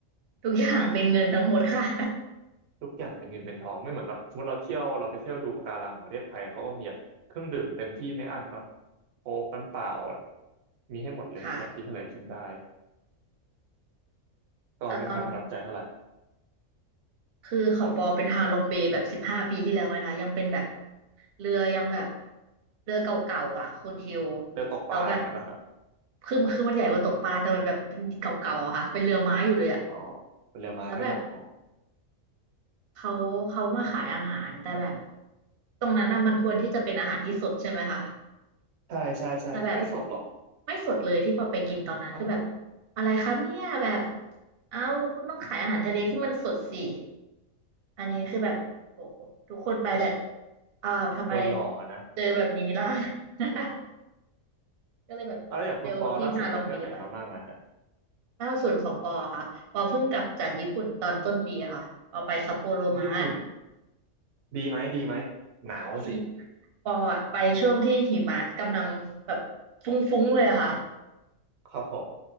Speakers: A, on the right; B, on the right.
A: ทุกอย่างเป็นเงินทั้งหมดค่ะ
B: ทุกอย่างเป็นเงินเป็นทองไม่เหมือนกับสมมติเราเที่ยวเราไปเที่ยวดูปะการังของประเทศไทยเขาก็มีแบบเครื่องดื่มเต็มที่ไม่อั้นเนาะโค้กน้ำเปล่ามีให้หมดเลยอยากกินเท่าไหร่กินได้
A: ค่ะ
B: ก็ไม่ค่อยประทับใจเท่าไหร่
A: แต่ตอนคือของปอเป็นฮาลองเบย์แบบสิบห้าปีที่แล้วนะคะยังเป็นแบบ เรือยังแบบเรือเก่าๆอ่ะคุณคิว
B: เลยตกปลาอย่างนั้นป่ะครับ
A: เราแบบคือมันคือมันใหญ่กว่าตกปลาแต่มันแบบเป็นเก่าๆอะค่ะเป็นเรือไม้อยู่เลยอ่ะ
B: อ๋อผลไม้อ๋อ
A: แล้วแบบเขาเขามาขายอาหารแต่แบบตรงนั้นน่ะมันควรที่จะเป็นอาหารที่สดใช่ไหมคะ
B: ใช่ใช่ใช่ไม่สดหรอก
A: แต่แบบไม่สดเลยที่พอไปกินตอนนั้นคือแบบ
B: เอ้า
A: อะไรครับเนี่ยแบบเอ้าคุณต้องขายอาหารทะเลที่มันสดสิอันนี้คือแบบโหทุกคนไปแบบอ้าวทำไม
B: โดนหลอกอะนะ
A: เจอแบบนี้ล่ะ <laughs> ก็เลยแบบเร็วที่ฮาลองเบไป
B: เอาแล้วอย่างคุณปอล่าสุดไปเที่ยวไหนมามั่งอะฮะ
A: ล่าสุดของปอค่ะปอเพิ่งกลับจากญี่ปุ่นตอนต้นปีค่ะปอไปซัปโปโรมา
B: ครับอู้ญี่ปุ่นดีไหมดีไหมหนาวสิ
A: ดีปออะไปช่วงที่หิมะกำลังแบบฟุ้งๆเลยอะค่ะ
B: ครับผม